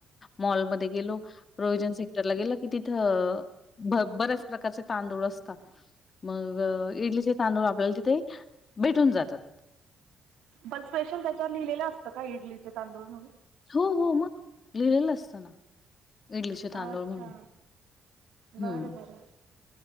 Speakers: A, on the left (about 40°); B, on the right (about 90°).
A: मॉलमध्ये गेलो प्रोविजन सेक्टरला गेल की तिथं. ब बरेच प्रकारचे तांदूळ असतात मग इडलीचे तांदूळ आपल्याला तिथे भेटून जातात.
B: बर स्पेशल त्याच्यावर लिहिलेलं असतं का इडलीचे तांदूळ म्हणून
A: हो हो मग लिहिलेलं असतं ना. इडलीचे तांदूळ
B: अच्छा
A: म्हणून हम्म.
B: बरं बरं